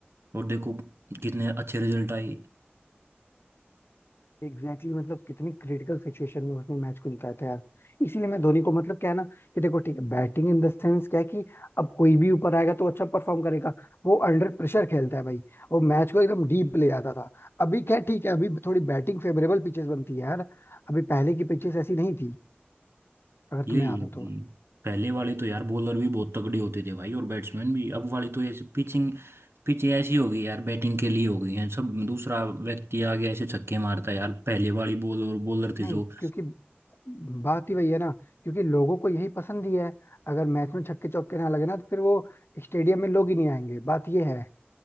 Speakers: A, on the right; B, on the left.
A: और देखो कितने अच्छे रिजल्ट आए
B: एग्जैक्टली exactly, मतलब कितनी क्रिटिकल सिचुएशन में उसने मैच को निकाला था यार इसीलिए मैं धोनी को मतलब क्या है ना कि देखो ठीक है बैटिंग इन द सेंस क्या है कि अब कोई भी ऊपर आएगा तो अच्छा परफॉर्म करेगा वो अंडर प्रेशर खेलता है भाई वो मैच को एकदम डीप ले जाता था अभी क्या है, ठीक है अभी थोड़ी बैटिंग फेवरेबल पिचेस बनती है यार अभी पहले की पिचेस ऐसी नहीं थी अगर
A: यही
B: तुम्हें याद
A: है
B: हो
A: भाई
B: तो
A: पहले वाले तो यार बॉलर भी बहुत तगड़े होते थे भाई और बैट्समैन भी अब वाले तो ऐसे पिचिंग पिच ऐसी हो गई यार बैटिंग के लिए हो गई है सब दूसरा व्यक्ति आ गया ऐसे छक्के मारता है यार पहले वाली बॉल और बॉलर थे
B: नहीं
A: जो
B: क्योंकि बात ही वही है ना क्योंकि लोगों को यही पसंद ही है अगर मैच में छक्के चौके ना लगे ना तो फिर वो स्टेडियम में लोग ही नहीं आएंगे बात ये है